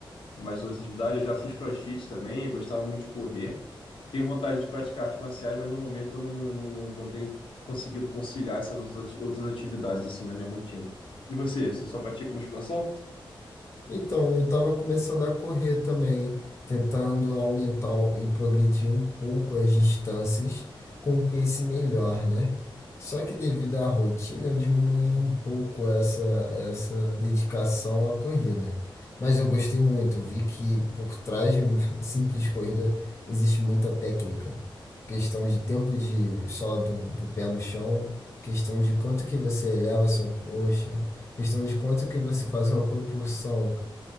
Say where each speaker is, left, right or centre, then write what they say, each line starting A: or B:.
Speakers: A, on the left (about 65°); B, on the left (about 30°).
A: mais outras atividades. Eu já fiz CrossFit também, eu gostava muito de correr. Tenho vontade de praticar artes marciais, mas no momento eu não, não, não, não tenho conseguido conciliar essas outras ati- outras atividades, assim, na minha rotina. E você, você só pratica musculação?
B: Então, eu estava começando a correr também, tentando aumentar o- e progredir um pouco as distâncias com um pace melhor, né? Só que devido à rotina, eu diminuí um pouco essa, essa dedicação à corrida. Mas eu gostei muito, vi que por trás de uma <laughs> simples corrida existe muita técnica. Questão de tempo de sola do, do pé no chão, questão de quanto que você eleva a sua coxa questão de quanto que você faz uma propulsão